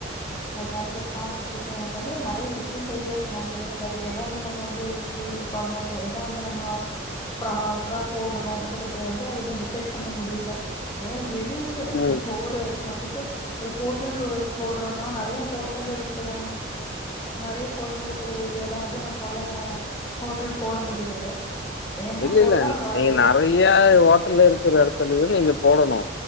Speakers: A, on the left; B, on the left.
A: அதா சார் பாத்துட்ருக்க எனக்கு வந்து நறைய பிசினஸ் ஐடியாஸ் மாரிலா இருக்காது எதாந்து நம்ம வந்து ஃப்ரீ உட் பண்ணோல எதா வந்து நம்மோ ப்ராப்ரா போடணுங்கறத வந்து அது இன்னோ டிசைட் பண்ண முடியுல ஏன்னா எது
B: ம்
A: ஒவ்வோரு வந்துட்டு ஒரு ஹோட்டல் போடுறோனா நறைய ஹோட்டல் இருக்குறங் நறைய ஹோட்டல் இருக்குற ஏரியால வந்து நம்மால ஹோட்டல் போட முடியாது ஏன்னா
B: இல்ல
A: போட்டா
B: இல்ல
A: அங்க ஆல்ரெடி
B: நீங்க நறைய ஹோட்டல்ல இருக்குற எடத்துலயு நீங்க போடனோ